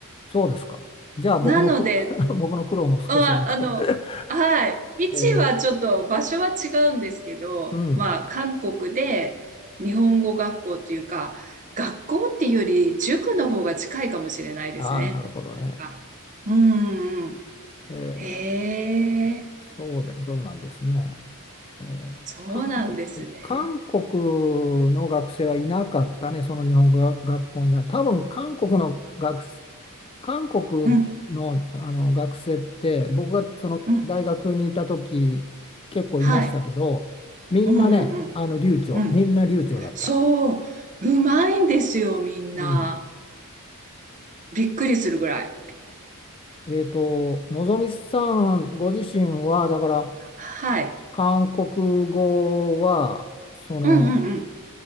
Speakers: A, on the left; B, on the right.
A: そうですか。じゃあ僕のく、
B: なので、
A: <laughs> 僕の苦労も少しは分かる。
B: あ、あの、
A: <laughs>
B: はい、位置はちょっと場所は違うんですけど、
A: えーうん。
B: まあ韓国で日本語学校っていうか、学校っていうより塾の方が近いかもしれないですね。
A: ああ、なるほどね。
B: なんか、うんうんうん。
A: えー
B: へえ、
A: そうで、そうなんですね。えー韓国、
B: そうなんですね。
A: 韓国の学生はいなかったね、その日本語学校には。多分韓国の学生韓国の、
B: うん、
A: あの学生って僕がその大学にいた時結構いましたけどみんなねあの流暢みんな流暢だった。
B: うん、はい。うんうんうん、うん。そう、うまいんですよ、みんな。
A: うん、
B: びっくりするぐらい。
A: えっとのぞみさんご自身はだから
B: はい。
A: 韓国語はその
B: うんうんうん。